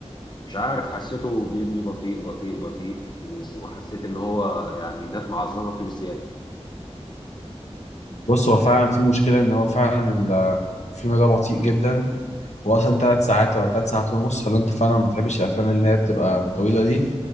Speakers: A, on the left (about 40°); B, on the left (about 85°).
A: مش عارف حسيته بيبني بطيء بطيء بطيء وحسيت ان هو يعني الناس معظمه فيه بزياده
B: بص هو فعلا في مشكله ان هو فعلا ال- الفيلم ده بطيء جدا هو اصلا ثلاث ساعات ولا ثلاث ساعات ونص فلو انت فعلا ما بتحبش الافلام اللي هي بتبقى طويله دي